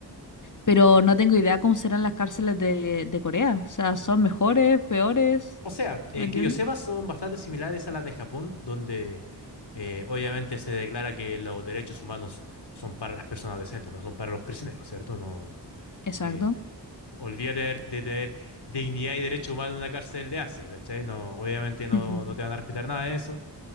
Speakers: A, on the left; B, on the left.
A: Pero no tengo idea cómo serán las cárceles de, de Corea. O sea, ¿son mejores, peores?
B: O sea, eh,
A: ¿Me entiendes?
B: que yo sepa, son bastante similares a las de Japón, donde eh, obviamente se declara que los derechos humanos son para las personas decentes, no son para los prisioneros, ¿cierto? No,
A: Exacto.
B: eh, olvídate de, de tener dignidad y derechos humanos en una cárcel de Asia, ¿cachai? No, obviamente
A: <laughs>
B: no, no te van a respetar nada de eso.